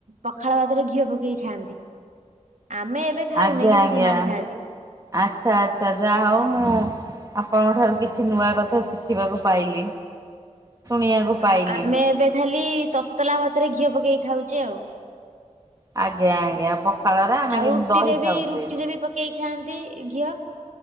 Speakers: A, on the right; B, on the right.
A: ପଖାଳ ଭାତରେ ଘିଅ ପକେଇ ଖାଆନ୍ତି। ଆମେ ଏବେ ଥାଉନି
B: ଆଜ୍ଞା
A: କିନ୍ତୁ
B: ଆଜ୍ଞା
A: ସେମାନେ ଖାଆନ୍ତି।
B: ଆଚ୍ଛା ଆଚ୍ଛା। ଯା ହଉ ମୁଁ ଆପଣଙ୍କ ଠାରୁ କିଛି ନୂଆ କଥା ଶିଖିବାକୁ ପାଇଲି। ଶୁଣିବାକୁ
A: ହୁଁ
B: ପାଇଲି।
A: ଆଉ ଆମେ ଏବେ ଖାଲି ତତଲା ଭାତରେ ଘିଅ ପକେଇକି ଖାଉଛେ ଆଉ।
B: ଆଜ୍ଞା ଆଜ୍ଞା। ପଖାଳରେ ଆମେ
A: ଆଉ
B: କେମିତି
A: ରୁଟିରେ
B: ଦହି
A: ବି
B: ଖାଉଛେ।
A: ରୁଟିରେ ବି ପକେଇ ଖାଆନ୍ତି ଘିଅ।